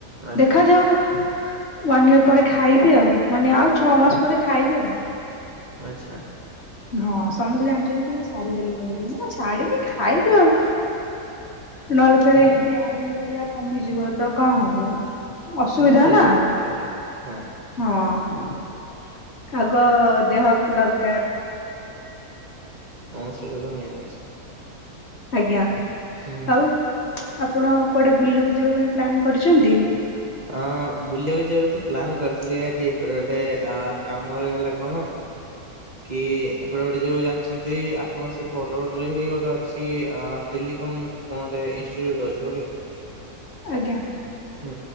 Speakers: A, on the right; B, on the left.
A: ଆଚ୍ଛା
B: ଦେଖାଯାଉ
A: ଆଚ୍ଛା
B: ୱାନ୍‌ ଇୟର ପରେ ଖାଇବି ଆଉ, ମାନେ ଆଉ ଛଅ ମାସ ପରେ ଖାଇବି ଆଉ।
A: ଆଚ୍ଛା।
B: ହଁ, ସମସ୍ତେ ଜାଣିଛନ୍ତି କି ମୁଁ ଛାଡିଦେଲିି ବୋଲି, କିନ୍ତୁ ଛାଡ଼ିନି ଖାଇବି ଆଉ। ନହେଲେ ଫେର
A: ହଉ।
B: ଏ ଯଦି ଆଇରନ୍ ବଗେରା କମିଯିବ ତ, କଣ ହବ? ଅସୁବିଧା
A: ହଁ ସେଇଟା
B: ନା।
A: ବି ଠିକ କଥା ହଁ
B: ହଁ। ଆଗ ଦେହ କୁ ଦରକାର।
A: ହଁ, ସେଇଟା ତ ମେନ୍‌ ଜିନିଷ।
B: ଆଜ୍ଞା!
A: ହୁଁ।
B: ଆଉ ଆପଣ କୁଆଡ଼େ ବୁଲୁ ଯିବା ପାଇଁ ପ୍ଲାନ୍ କରିଛନ୍ତି?
A: ଅଁ-ଅ-ଅ, ବୁଲିବାକୁ ଯିବାକୁ ତ ପ୍ଲାନ୍ କରିଥିଲି, ବାକି ଏପଟେ ଗୋଟେ ଅ-ଅ କାମ ରହିଗଲା କଣ ହଁ।
B: <inaudible>
A: କି, ଏପଟେ ଗୋଟେ ଯୋଉ ଜାଣିଛନ୍ତି, ଆପଣ ସେ ବରଗଡ଼ରେ ହିଁ ଗୋଟେ ଅଛି, ଆ ଟେଲିକମ୍ କଣ ଗୋଟେ ଇନଷ୍ଟିୁଟ୍ ଅଛି, ଓକେ
B: ଆଜ୍ଞା।
A: ହୁଁ,